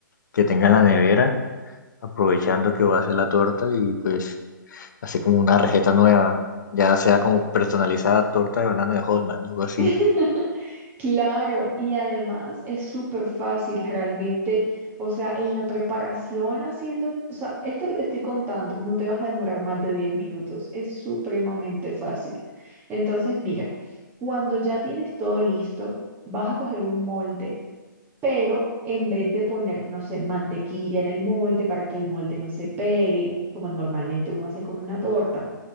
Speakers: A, on the left (about 60°); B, on the right (about 15°).
A: que tenga en la nevera, aprovechando que voy a hacer la torta y pues hacer como una receta nueva. Ya sea como personalizada torta de banano de Holman, algo así.
B: <laughs> Claro, y además es súper fácil realmente, o sea, en la preparación haciendo, o sea, esto que te estoy contando, no te vas a demorar más de 10 minutos, es supremamente fácil. Entonces, mira, cuando ya tienes todo listo, vas a coger un molde, pero en vez de poner, no sé, mantequilla en el molde para que el molde no se pegue, como normalmente uno hace con una torta,